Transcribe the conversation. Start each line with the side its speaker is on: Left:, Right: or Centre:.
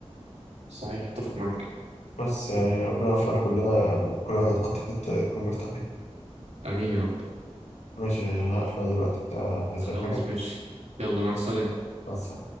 Right: صحيح اتفق معاك
Left: بس يعني ربنا يوفقنا كلنا كل واحد يتحط في حتة يكون مرتاح فيها
Right: امين يا رب
Left: ماشي أنا هقفل أنا دلوقتي أنت عايز
Right: خلاص
Left: أي حاجة؟
Right: ماشي يلا مع السلامة
Left: بس